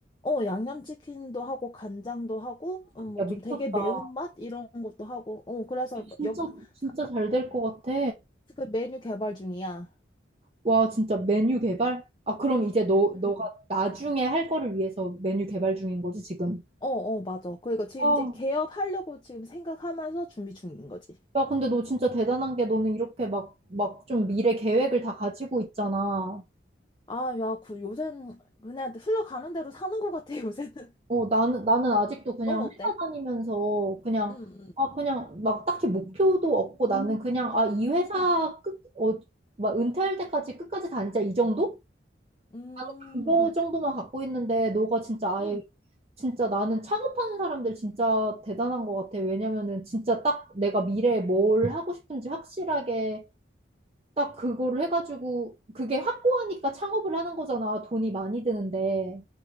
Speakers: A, on the left; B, on the right.
A: 어, 양념치킨도 하고 간장도 하고 어, 뭐좀
B: 야, 미쳤다.
A: 되게 매운맛 이런 것도 하고. 어, 그래서 뭐
B: 진짜,
A: 역,
B: 진짜
A: 하-
B: 잘 될 것 같아.
A: 그 메뉴 개발 중이야.
B: 와, 진짜 메뉴 개발? 아, 그럼 이제 너, 너가
A: 응.
B: 나중에 할 거를 위해서 메뉴 개발 중인 거지, 지금?
A: 어, 어, 맞아. 그러니까 지금
B: 아,
A: 이제 개업하려고 지금 생각하면서 준비 중인 거지.
B: 야, 근데 너 진짜 대단한 게 너는 이렇게 막, 막 좀 미래 계획을 다 가지고 있잖아.
A: 아, 야, 그 요새는 그냥 흘러가는 대로 사는 것 같아, 요새는. <laughs>
B: 어, 나는, 나는 아직도 그냥
A: 넌 어때?
B: 회사 다니면서 그냥,
A: 응, 응,
B: 아, 그냥 막 딱히 목표도 없고 나는 그냥, 아, 이 회사
A: 응,
B: 끝, 어, 막 은퇴할 때까지 끝까지 다니자 이 정도?
A: 응,
B: 나는 그거 정도만 갖고 있는데 너가 진짜 아예,
A: 응.
B: 진짜 나는 창업하는 사람들 진짜 대단한 것 같아. 왜냐면은 진짜 딱 내가 미래에 뭘 하고 싶은지 확실하게 딱 그거를 해가지고 그게 확고하니까 창업을 하는 거잖아. 돈이 많이 드는데.